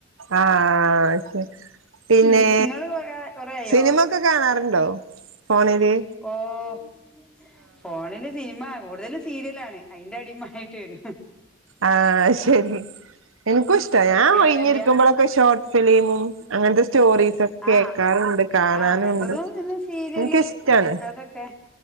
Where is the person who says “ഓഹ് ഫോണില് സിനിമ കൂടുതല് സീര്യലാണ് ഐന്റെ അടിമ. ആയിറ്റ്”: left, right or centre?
Centre